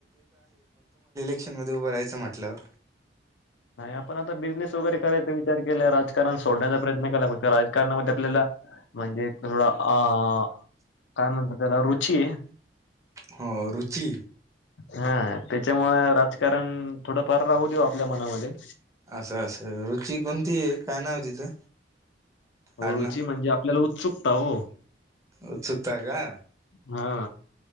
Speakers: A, on the right; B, on the left.
A: ईलेक्शनमध्ये उभं राहायचं म्हटल्यावर,
B: नाही आपण आता बिझनेस वगैरे करायचा विचार केला राजकारण सोडण्याचा प्रयत्न केला फक्त राजकारणामध्ये आपल्याला म्हणजे थोडं अ काय म्हणतात त्याला रुची आहे.
A: ह रुची
B: हा त्याच्यामुळे राजकारण थोडंफार राहू देऊ आपल्या मनामध्ये
A: असं असं रुची कोणती आहे काय नाव तिचं
B: हो
A: आडनाव
B: रुची म्हणजे आपल्याला उत्सुकता हो.
A: उत्सुकता का?
B: हा